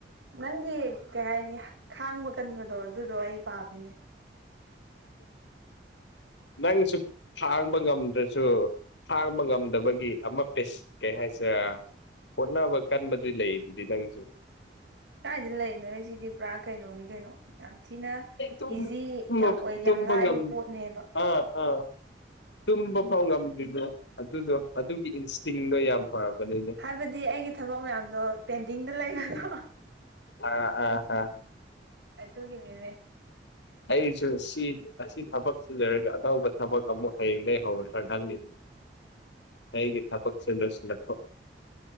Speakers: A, on the right; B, on the left.
A: ꯅꯪꯒꯤ ꯀꯩ ꯍꯥꯏꯅꯤ ꯈꯥꯡꯕ ꯀꯟꯕꯗꯣ ꯑꯗꯨꯗꯣ ꯑꯩ ꯄꯥꯝꯃꯤꯅꯦ
B: ꯅꯪꯁꯨ ꯈꯥꯡꯕ ꯉꯝꯗ꯭ꯔꯁꯨ ꯈꯥꯡꯕ ꯉꯝꯗꯕꯒꯤ ꯑꯃ ꯄꯦꯁ ꯀꯩ ꯍꯥꯏꯁꯤꯔꯥ ꯍꯣꯠꯅꯕ ꯀꯟꯕꯗꯤ ꯂꯩ ꯗꯨꯗꯤ ꯅꯪꯁꯨ
A: ꯀꯥꯏꯗ ꯂꯩꯔꯤꯅꯣ ꯁꯤꯗꯤ ꯄꯨꯔꯥ ꯀꯩꯅꯣꯅꯤ ꯀꯩꯅꯣ ꯌꯥꯝ ꯊꯤꯅ
B: ꯇꯨꯝꯕ
A: ꯏꯖꯤ ꯌꯥꯝ ꯑꯣꯏ ꯌꯥꯝ
B: ꯇꯨꯝꯕ
A: ꯂꯥꯏꯕ
B: ꯉꯝ
A: ꯄꯣꯠꯅꯦꯕ
B: ꯑꯥ ꯑꯥ ꯇꯨꯝꯕ ꯐꯥꯎ ꯉꯝꯗ꯭ꯔꯤꯗꯣ ꯑꯗꯨꯗꯣ ꯑꯗꯨꯒꯤ ꯏꯟꯁꯇꯤꯡꯗꯣ ꯌꯥꯝ ꯐꯕꯅꯤꯅꯦ
A: ꯍꯥꯏꯕꯗꯤ ꯑꯩꯒꯤ ꯊꯕꯛ ꯃꯌꯥꯝꯗꯣ ꯄꯦꯟꯗꯤꯡꯗ ꯂꯩꯗꯅ
B: ꯑꯥ ꯑꯥ ꯑꯥ
A: ꯑꯗꯨꯒꯤꯅꯤꯅꯦ
B: ꯑꯩꯒꯤꯁꯨ ꯗꯤ ꯑꯁꯤ ꯊꯕꯛ ꯁꯤ ꯂꯣꯏꯔꯒ ꯑꯅꯧꯕ ꯊꯕꯛ ꯑꯃꯨꯛ ꯍꯌꯦꯡꯗꯩ ꯍꯧꯔꯁꯤꯔ ꯈꯪꯗꯦ ꯑꯩꯒꯤ ꯊꯕꯛꯁꯦ ꯂꯣꯏꯁꯤꯜꯂꯛꯄ